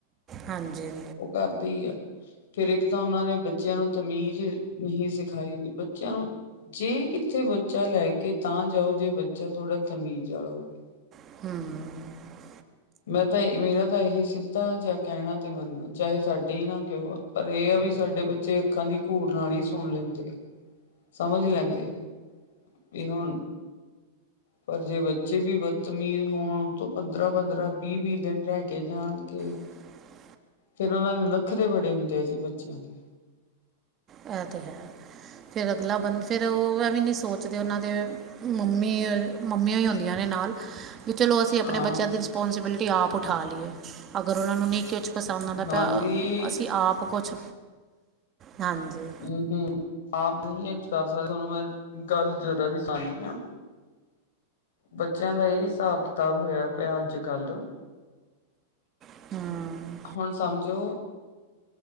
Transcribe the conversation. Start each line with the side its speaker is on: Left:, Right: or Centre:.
Right: ਹਾਂਜੀ-ਹਾਂਜੀ।
Left: ਉਹ ਕਰਦੇ ਹੀ ਆ। ਫਿਰ ਇੱਕ ਤਾਂ ਉਹਨਾਂ ਨੇ ਬੱਚਿਆਂ ਨੂੰ ਤਮੀਜ਼ ਨਹੀਂ ਸਿਖਾਈ ਹੁੰਦੀ ਬੱਚਿਆਂ ਨੂੰ ਜੇ ਕਿੱਥੇ ਬੱਚਾ ਲੈ ਕੇ ਤਾਂ ਜਾਓ ਜੇ ਬੱਚਾ ਥੋੜ੍ਹਾ ਤਮੀਜ਼ ਵਾਲਾ ਹੋਵੇ।
Right: <unintelligible>
Left: ਮੈਂ ਤਾਂ ਇਹੀ ਮੇਰਾ ਤਾਂ ਇਹੀ ਸੀ। ਤਾ ਜਾਂ ਕਹਿਣਾ ਤੇ ਮੰਨੋ ਚਾਹੇ ਸਾਡੇ ਹੀ ਨਾ ਕਿਉਂ ਪਰ ਇਹ ਆ ਵੀ ਸਾਡੇ ਬੱਚੇ ਅੱਖਾਂ ਦੀ ਘੂਰ ਨਾਲ ਹੀ ਸੁਣ ਲੈਂਦੇ ਆ, ਸਮਝ ਲੈਂਦੇ ਆ ਵੀ ਹੁਣ ਪਰ ਜੇ ਬੱਚੇ ਵੀ ਬਦਤਮੀਜ਼ ਹੋਣ ਤੋਂ ਪੰਦਰਾਂ- ਪੰਦਰਾਂ, ਵੀਹ- ਵੀਹ ਦਿਨ ਰਹਿ ਕੇ ਜਾਣਗੇ
Right: <inaudible>
Left: ਫਿਰ ਉਹਨਾਂ ਦੇ ਨਖਰੇ ਬੜੇ ਹੁੰਦੇ ਆ ਜੀ ਬੱਚਿਆਂ ਦੇ।
Right: ਇਹ ਤੇ ਹੈ ਫਿਰ ਅਗਲਾ ਬੰਨੇ ਫਿਰ ਉਹ ਐਵੇਂ ਨੀ ਸੋਚਦੇ ਉਹਨਾਂ ਦੇ ਮੰਮੀ ਔਰ ਮੰਮੀਆਂ ਹੀ ਹੁੰਦੀਆਂ ਨੇ ਨਾਲ। ਵੀ ਚਲੋ ਅਸੀਂ ਆਪਣੇ
Left: ਹਾਂ
Right: ਬੱਚਿਆਂ ਦੀ ਰਿਸਪੋਂਸੀਬਿਲਿਟੀ ਆਪ ਉਠਾ ਲਈਏ ਅਗਰ ਉਹਨਾਂ ਨੂੰ ਨਹੀਂ ਕੁਛ ਪਸੰਦ ਆਉਂਦਾ
Left: ਨਾ
Right: ਪਿਆ
Left: ਜੀ
Right: ਅਸੀਂ ਆਪ ਕੁਛ ਹਾਂਜੀ।
Left: <unintelligible> ਆਪ ਨਹੀਂ ਇਹ ਕੁਝ ਕਰ ਸਕਦੇ ਤੁਹਾਨੂੰ ਮੈਂ ਗੱਲ ਜ਼ੀਰਾ ਜੀ ਸੁਣਦੀ ਹਾਂ ਬੱਚਿਆਂ ਦਾ ਇਹੀ ਹਿਸਾਬ -ਕਿਤਾਬ ਹੋਇਆ ਪਿਆ ਅੱਜ-ਕੱਲ੍ਹ।
Right: <inaudible>
Left: ਹੁਣ ਸਮਝੋ।